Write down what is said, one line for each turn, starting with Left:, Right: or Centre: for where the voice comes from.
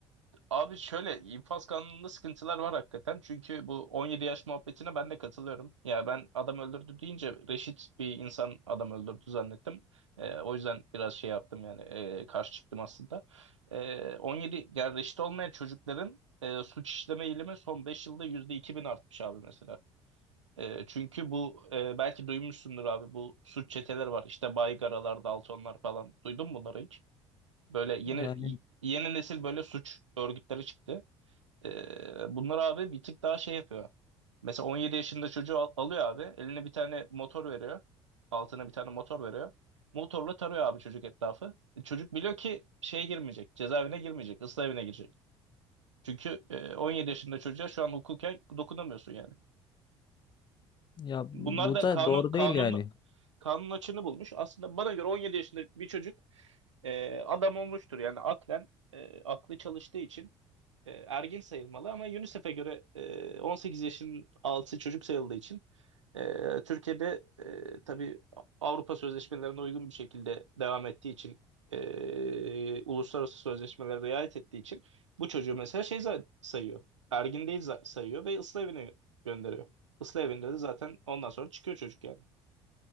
Right: Abi şöyle infaz kanununda sıkıntılar var hakikaten. Çünkü bu 17 yaş muhabbetine ben de katılıyorum. Yani ben adam öldürdü deyince reşit bir insan adam öldürdü zannettim. Ee, o yüzden biraz şey yaptım yani e, karşı çıktım aslında. Ee, on yedi yani reşit olmayan çocukların e, suç işleme eğilimi son 5 yılda %2000 artmış abi mesela. Ee, çünkü bu e, belki duymuşsundur abi bu suç çeteleri var. İşte Baygaralar, Daltonlar falan. Duydun mu bunları hiç? Böyle yeni
Left: Yani
Right: yeni nesil böyle suç örgütleri çıktı. Ee, bunlar abi bir tık daha şey yapıyor. Mesela 17 yaşında çocuğu al- alıyor abi. Eline bir tane motor veriyor. Altına bir tane motor veriyor. Motorla tarıyor abi çocuk etrafı. E, Çocuk biliyor ki şeye girmeyecek. Cezaevine girmeyecek. ıslah evine girecek. Çünkü e, 17 yaşında çocuğa şu an hukuken dokunamıyorsun yani.
Left: ya
Right: Bunlar
Left: bu
Right: da
Left: da
Right: kanun
Left: doğru
Right: kanun
Left: değil yani.
Right: kanun açığını bulmuş. Aslında bana göre 17 yaşında bir çocuk e, adam olmuştur. Yani aklen e, aklı çalıştığı için e, ergin sayılmalı ama UNICEF'e göre e, 18 yaşın altı çocuk sayıldığı için e, Türkiye'de e, tabii Avrupa sözleşmelerine uygun bir şekilde devam ettiği için e, uluslararası sözleşmelere riayet ettiği için bu çocuğu mesela şey za- sayıyor. Ergin değil za- sayıyor ve ıslah evine gönderiyor. Islah evinde de zaten ondan sonra çıkıyor çocuk yani.